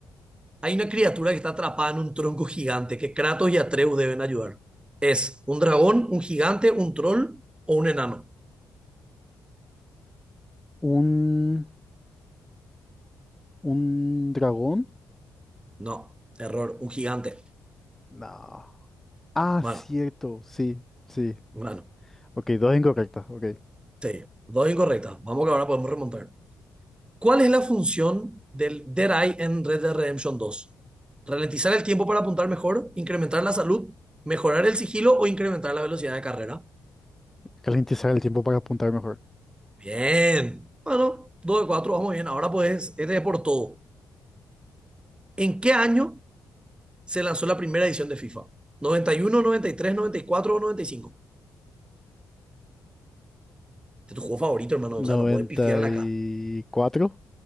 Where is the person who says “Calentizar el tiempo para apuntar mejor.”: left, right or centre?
Centre